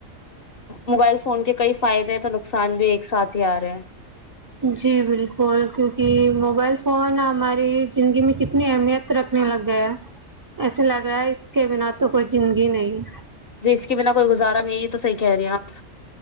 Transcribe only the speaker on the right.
جی بالکل کیونکہ موبائل فون ہماری زندگی میں کتنی اہمیت رکھنے لگ گیا ایسے لگ رہا ہے اس کے بنا تو کوئی زندگی نہیں